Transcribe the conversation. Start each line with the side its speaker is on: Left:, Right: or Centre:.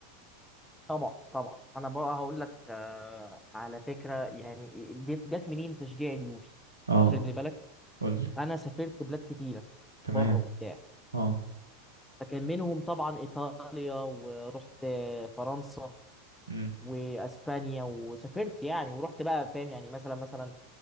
Centre: طبعا طبعا انا بقى هقول لك آه على فكره يعني جت جت منين تشجيع اليوفي
Right: اه
Centre: خلي بالك
Right: قولي
Centre: انا سافرت بلاد كتيره
Right: تمام
Centre: بره وبتاع
Right: اه
Centre: فكان منهم طبعا إيطاليا ورحت فرنسا
Right: امم
Centre: وأسبانيا وسافرت يعني ورحت بقى فاهم يعني مثلا مثلا